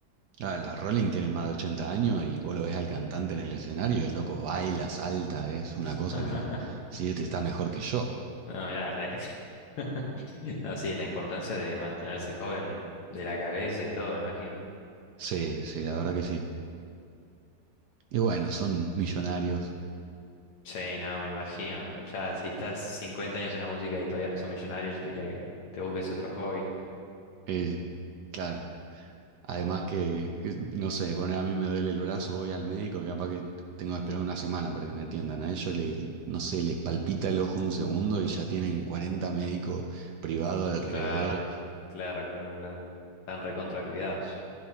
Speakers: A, on the right; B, on the left.
A: Ah, los Rolling tienen más de 80 años y vos lo ves al cantante en el escenario, el loco baila, salta, es una
B: <laughs>
A: cosa que sí, este está mejor que yo.
B: No, mirá, la... <laughs> no, sí, la importancia de mantenerse joven de la cabeza y todo, me imagino.
A: Sí, sí, la verdad que sí. Y bueno, son millonarios.
B: Sí, no, me imagino. Ya, si estás 50 años en la música y todavía no sos millonario, yo te diría que te busques otro hobby.
A: eh, claro, además que, que, no sé, poner a mí me duele el brazo, voy al médico, capaz que tengo que esperar una semana para que me atiendan. A ellos les, no sé, les palpita el ojo un segundo y ya tienen 40 médicos privados alrededor
B: Claro, claro, claro, claro. Están recontra cuidados.